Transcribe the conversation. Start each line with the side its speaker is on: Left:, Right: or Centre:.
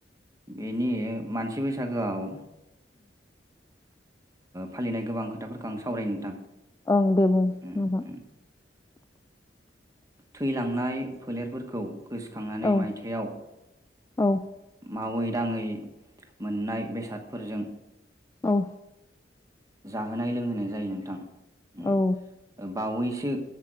Right: बेनि मानसि बैसागोआव फालिनाय गोबां खोथाफोरखौ आं सावरायक् नोंथां।
Left: ओं दे बुं
Right: उम
Left: नोंथां
Right: उम थैलांनाय फोलेरफोरखौ गोसोखांनानै
Left: औ
Right: मायथायाव
Left: औ
Right: मावै दाङै मोननाय बेसादफोरजों
Left: औ।
Right: जाहोनाय लोंहोनाय जायो नोंथां
Left: औ
Right: बावैसो